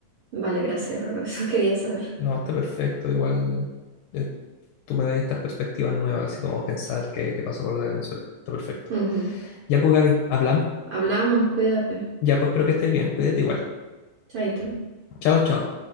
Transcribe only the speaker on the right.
vale, gracias, Roro, <laughs> eso quería saber.
Ujú.
Hablamos, cuídate.
Chaito.